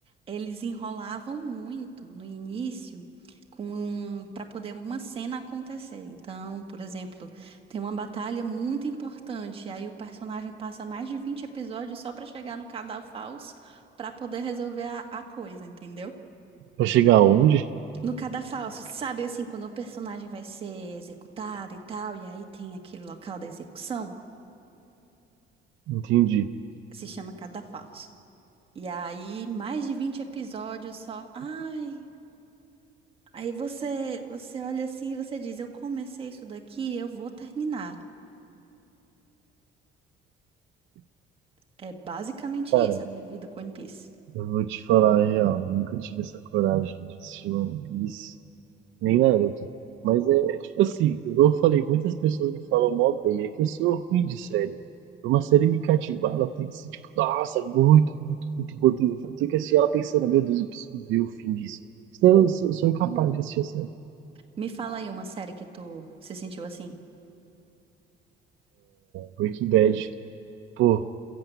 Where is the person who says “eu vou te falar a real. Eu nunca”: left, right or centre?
Right